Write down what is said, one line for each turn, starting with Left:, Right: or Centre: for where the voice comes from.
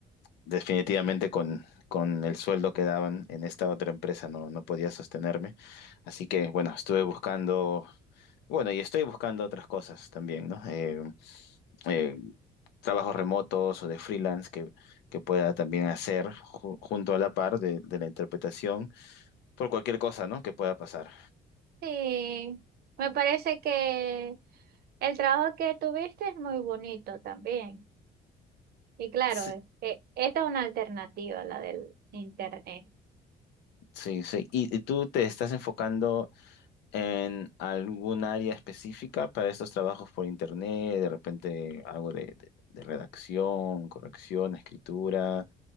Left: definitivamente con, con el sueldo que daban en esta otra empresa no, no podía sostenerme. Así que bueno, estuve buscando, bueno, y estoy buscando otras cosas también, ¿no? Eh, eh, trabajos remotos o de freelance que, que pueda también hacer ju- junto a la par de, de la interpretación por cualquier cosa, ¿no? que pueda pasar.
Right: sí. Me parece que el trabajo que tuviste es muy bonito también. Y claro,
Left: Sí,
Right: es que esta es una alternativa, la del internet.
Left: sí. sí. ¿Y, y tú te estás enfocando en algún área específica para estos trabajos por internet? De repente algo de, de- de redacción, corrección, escritura,